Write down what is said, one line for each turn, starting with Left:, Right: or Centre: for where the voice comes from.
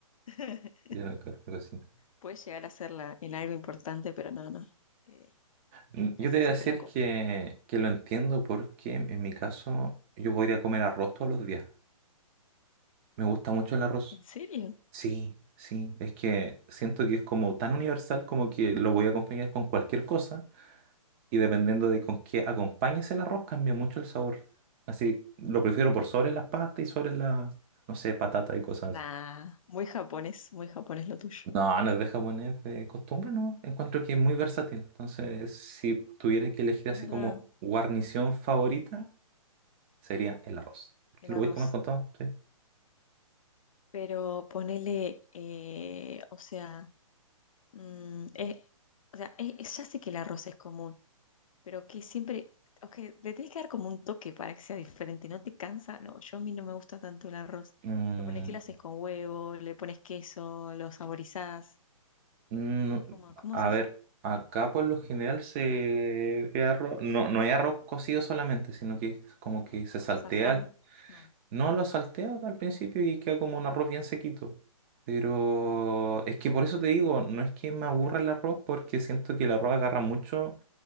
Left: <laughs>
Right: Yo no, creo- creo que sí.
Left: Puede llegar a serla en algo importante, pero no, no. Eh,
Right: Mm,
Left: casi
Right: Yo te voy
Left: siempre
Right: a decir
Left: la compra.
Right: que, que lo entiendo porque en mi caso yo podría comer arroz todos los días. Me gusta mucho el arroz.
Left: ¿En serio?
Right: Sí, sí, es que siento que es como tan universal como que lo voy a acompañar con cualquier cosa y dependiendo de con qué acompañes el arroz cambia mucho el sabor. Así lo prefiero por sobre las pastas y sobre las, no sé, patatas y cosas
Left: Nah,
Right: así.
Left: muy japonés, muy japonés lo tuyo.
Right: No, no es de japonés de costumbre, no. Encuentro que es muy versátil. Entonces, si tuviera que elegir
Left: Es
Right: así
Left: verdad,
Right: como guarnición favorita, sería el arroz. Porque
Left: el
Right: lo
Left: arroz.
Right: voy a comer con todo, ¿sí?
Left: Pero ponele, eh, o sea, mm, es- o sea, es- es- ya sé que el arroz es común, Pero que siempre, ok, le tienes que dar como un toque para que sea diferente, ¿no te cansa? No, yo a mí no me gusta tanto el arroz.
Right: Mm,
Left: Pero ponele que lo haces con huevo, le pones queso, lo saborizás.
Right: mm,
Left: ¿Cómo, cómo
Right: a
Left: haces?
Right: ver, acá por lo general se es arroz, no, no es arroz cocido solamente, sino que es como que se saltea.
Left: ¿Azafrán?
Right: al-
Left: No.
Right: No lo saltea al principio y queda como un arroz bien sequito. Pero es que por eso te digo, no es que me aburra el arroz, porque siento que el arroz agarra mucho